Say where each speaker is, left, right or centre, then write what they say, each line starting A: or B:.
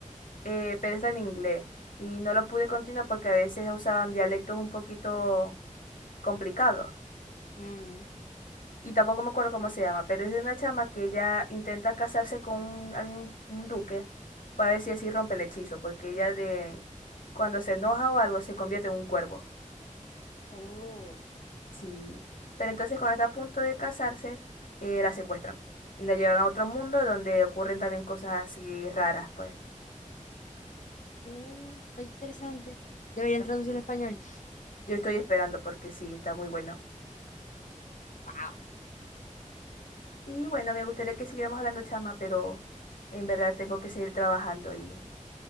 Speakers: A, on the left (about 85°); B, on the left (about 70°).
A: eh, pero está en inglés y no lo pude continuar porque a veces usaban dialectos un poquito complicados.
B: mm,
A: Y tampoco me acuerdo cómo se llama, pero es de una chama que ella intenta casarse con un, alguien- un duque para ver si así rompe el hechizo, porque ella de cuando se enoja o algo se convierte en un cuervo.
B: Oh,
A: Sí, pero entonces cuando está a punto de casarse, eh, la secuestran y la llevan a otro mundo donde ocurren también cosas así raras, pues.
B: uh, está interesante. Deberían
A: Llama
B: traducirlo
A: así.
B: al español.
A: Yo estoy esperando porque sí, está muy bueno.
B: Wow.
A: Y bueno, me gustaría que siguiéramos hablando, chama, pero en verdad tengo que seguir trabajando y